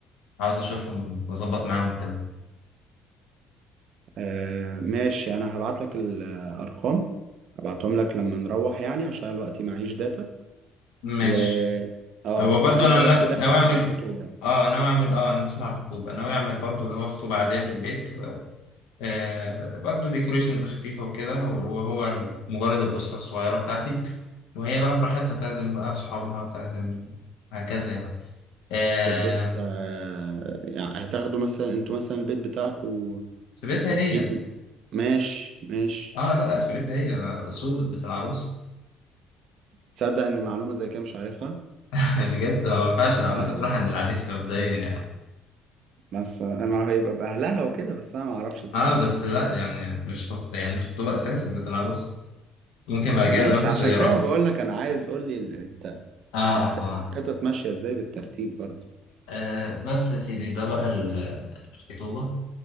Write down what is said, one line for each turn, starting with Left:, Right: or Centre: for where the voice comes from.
Left: عاوز أشوفهم وأظبط معاهم كده
Right: آه ماشي انا هبعت لك الارقام هبعتهم لك لما نروح يعني عشان الوقت معيش داتا
Left: ماشي
Right: و اه
Left: هو برضو
Right: يعني انت
Left: أنا
Right: دلوقتي
Left: نا-
Right: داخل
Left: ناوي
Right: على
Left: أعمل
Right: الخطوبة يعني
Left: اه ناوي أعمل اه أنا داخل على الخطوبة ناوي أعمل برضو اللي هو خطوبة عادية في البيت آه، برضو ديكوريشنز خفيفة وكده وهو مجرد الأسرة الصغيرة بتاعتي وهي بقى براحتها تعزم بقى صحابها تعزم هكذا يعني آه،
Right: في البيت آه... يعني هتاخدوا مثلا انتوا مثلا البيت بتاعكوا
Left: في بيتها
Right: فاتحين
Left: هي
Right: ماشي ماشي
Left: اه لا لا في بيتها هي آه، رسول بيت العروس
Right: تصدق ان معلومة زي كده مش عارفها
Left: <laughs> بجد آه، ما ينفعش العروسة
Right: اه
Left: تروح عند العريس مبدئيا يعني
Right: بس انا هيبقى باهلها وكده بس انا ما اعرفش الصراحة
Left: اه بس لا يعني مش خط يعني الخطوبة أساس في بيت العروس ممكن بعد
Right: طب
Left: كده
Right: ماشي
Left: يروحوا
Right: عشان
Left: زيارات
Right: كده بقول لك انا عايز قول لي ال- انت
Left: اه
Right: الخ- الخطط
Left: اه
Right: ماشية ازاي بالترتيب برضه
Left: آه، بس يا سيدي ده بقى ال- الخطوبة